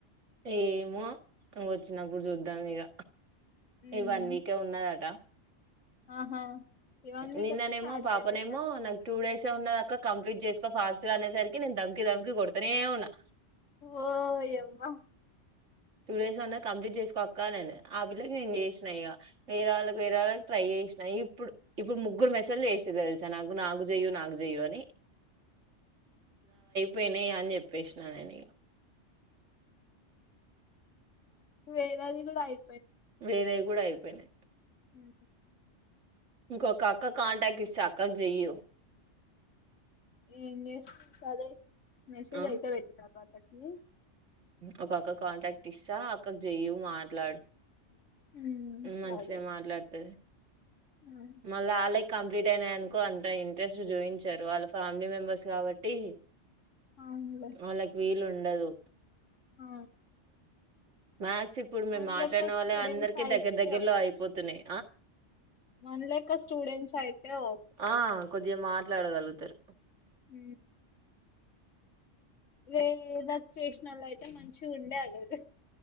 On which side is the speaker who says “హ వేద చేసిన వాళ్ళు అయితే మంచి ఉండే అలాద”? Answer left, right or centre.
Left